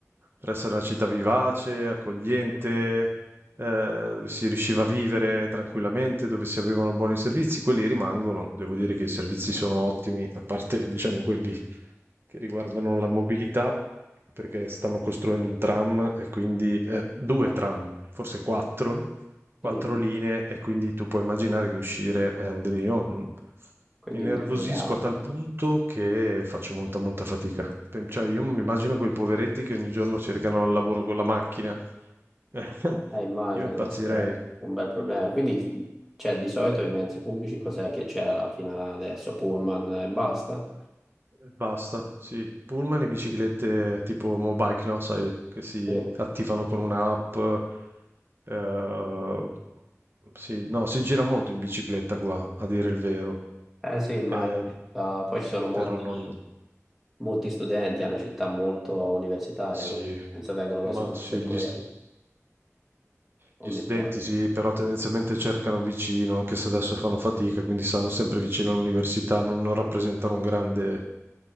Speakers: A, on the right; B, in the centre.
A: Per essere una città vivace, accogliente,
B: Sì.
A: eh, dove si riusciva a vivere tranquillamente, dove si avevano buoni servizi. Quelli rimangono. Devo dire che i servizi sono ottimi, a parte, diciamo, quelli che riguardano la mobilità, perché stanno costruendo un tram e quindi eh, due
B: Ah,
A: tram, forse quattro, quattro
B: quindi,
A: linee e quindi tu puoi immaginare che uscire è un delirio. Io, mm,
B: quindi
A: Mi nervosisco
B: migliorerà.
A: a tal punto che faccio molta molta fatica. Pe- Cioè, io mi immagino quei poveretti che ogni giorno si recano al lavoro con la macchina. <laughs>
B: Eh, immagino
A: Io impazzirei.
B: deve essere un bel problema. Quindi, il- cioè, di solito i mezzi pubblici cos'è che c'era fino adesso? Pullman e basta?
A: Eh, Basta, sì. Pullman e biciclette tipo Mobike, no? Sai, che si
B: Sì.
A: attivano con un'app. eh, sì, no, si gira molto in bicicletta qua, a dire il vero.
B: Eh sì, immagino.
A: Eh,
B: Ah, Poi ci sono molti,
A: però non...
B: molti studenti, è una città molto universitaria,
A: Sì,
B: quindi penso vengano quasi
A: ma
B: tutti
A: sì,
B: per quello,
A: gli, st- gli
B: non mi
A: studenti
B: sbaglio.
A: sì, però tendenzialmente cercano vicino, anche se adesso fanno fatica, quindi stanno sempre vicino all'università, non, non rappresentano un grande...